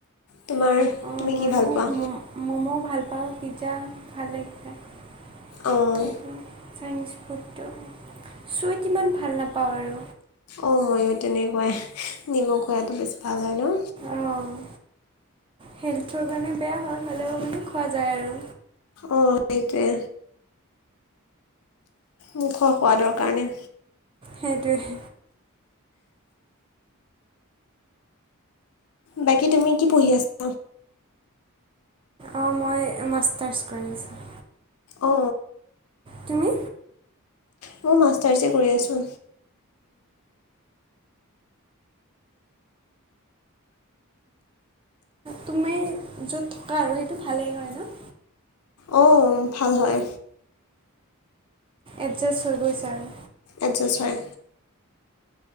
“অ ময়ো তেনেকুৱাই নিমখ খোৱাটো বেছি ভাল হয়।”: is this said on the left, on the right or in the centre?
Left